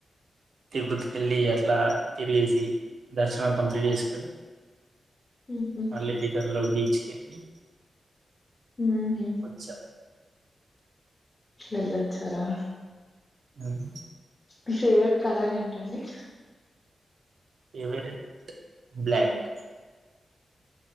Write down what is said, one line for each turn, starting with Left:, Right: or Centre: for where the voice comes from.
Right: తిరుపతికి వెళ్ళి అట్లా తిరిగేసి దర్శనం కంప్లీట్ చేసుకొని
Left: ఉహు
Right: మళ్ళీ రిటర్న్ లో బీచ్ కి వెళ్ళి
Left: ఉమ్
Right: వచ్చా
Left: ఎల్లోచ్చారా
Right: ఉమ్
Left: మీ ఫేవరెట్ కలర్ ఏంటండి
Right: ఫవరెట్ బ్లక్